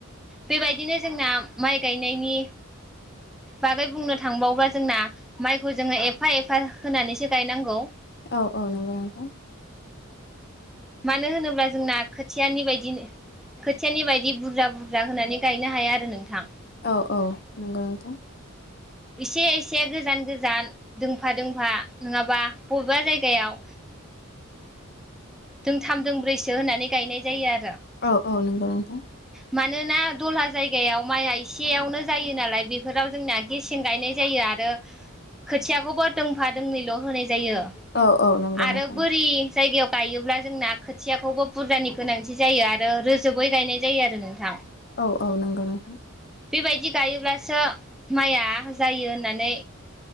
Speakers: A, in the centre; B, on the left (about 50°).
A: बेबायदिनो जोंना माइ गायनायनि बागै बुंनो थांबावोबा जोंना माइ खौ जोङो एफा एफा होनानैसो गायनांगौ।
B: औ औ नोंगौ नोंथां‌‌।
A: मानो होनोब्ला जोंना खोथियानि बायदि खोथियानि बायदि बुरजा बुरजा होनानै गायनो हाया आरो नोंथां।
B: औ औ नंगौ नोंथां।
A: एसे एसे गोजान गोजान दोंफा दोंफा नोङाबा बबेबा जायगायाव दोंथाम दोंब्रैसो होनानै गायनाय जायो आर
B: औ औ नंगौ नोंथां।
A: मानोना दलहा जायगायाव माइआ एसेयावनो जायो नालाय बेफोराव जोंना गेसें गायनाय जायो आरो खोथियाखौबो दोंफा दोंनैल' होनाय जायो
B: औ औ नंगौ
A: आरो
B: नोंथां
A: बोरि जायगायाव गायोब्ला जोंना खोथियाखौबो बुरजानि गोनांथि जायो आरो रोजोबै गायनाय जायो आरो नोंथां।
B: औ औ नंगौ नोंथां।
A: बेबायदि गायोब्लासो माइया जायो होननानै